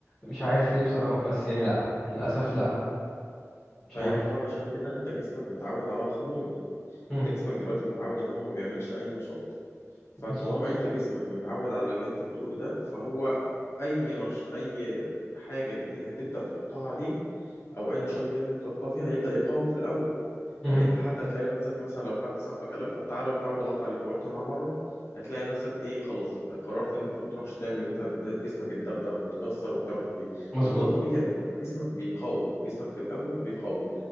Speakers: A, in the centre; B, on the left.
A: مش عارف ليه بصراحة بس يعني لأ للأسف لأ مش
B: طيب
A: عارف
B: ما هو علشان كده أنت جسمك متعود على الخمول
A: مم،
B: أنت جسمك دلوقتي متعود إن هو ما بيعملش أي نشاط فطالما
A: مظبوط
B: أنت جسمك متعود على اللي أنت بتقوله ده فهو أي نش أي حاجة جديدة هتبدأ تحطها عليه أو أي نشاط جديد هتبدأ تحطها فيه هيبدأ يقاومه في الأول
A: مهم،
B: يعني انت حتى هتلاقي نفسك مثلا لو حد صاحبك قال لك طب تعالى وبتاع وضغط عليك ورحت معاه مره هتلاقي نفسك ايه خلاص قررت ان انت ما تروحش تاني لان انت د- جسمك اتدغدغ واتكسر وبتاع مش عارف ايه
A: مظبوط
B: بس ده طبيعي جسمك بيقاوم جسمك في الاول بيقاوم